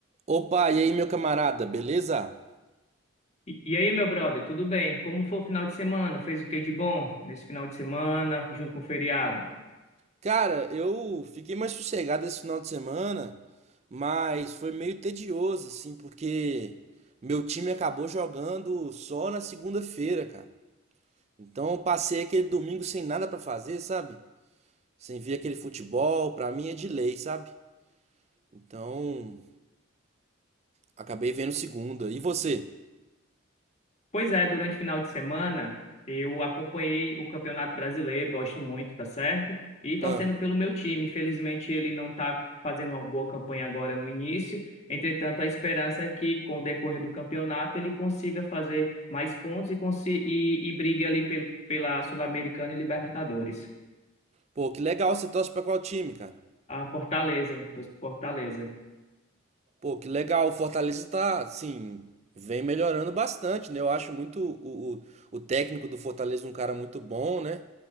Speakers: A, on the right; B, on the left.
A: Opa, e aí, meu camarada, beleza?
B: E, e aí, meu brother, tudo bem? Como foi o final de semana? Fez o que de bom nesse final de semana, junto com o feriado?
A: Cara, eu fiquei mais sossegado esse final de semana, mas foi meio tedioso, assim, porque meu time acabou jogando só na segunda-feira, cara. Então eu passei aquele domingo sem nada pra fazer, sabe? Sem ver aquele futebol, pra mim é de lei, sabe? Então, acabei vendo segunda. E você?
B: Pois é, durante o final de semana eu acompanhei o Campeonato Brasileiro, gosto muito, tá certo? E torcendo
A: Ah,
B: pelo meu time. Infelizmente, ele não tá fazendo uma boa campanha agora no início. Entretanto, a esperança é que, com o decorrer do campeonato, ele consiga fazer mais pontos e, consi e, e brigue ali pel- pela Sul-Americana e Libertadores.
A: pô, que legal, você torce pra qual time, cara?
B: A Fortaleza, torço pro Fortaleza.
A: Pô, que legal. O Fortaleza tá, assim, vem melhorando bastante, né? Eu acho muito o, o, o técnico do Fortaleza um cara muito bom, né?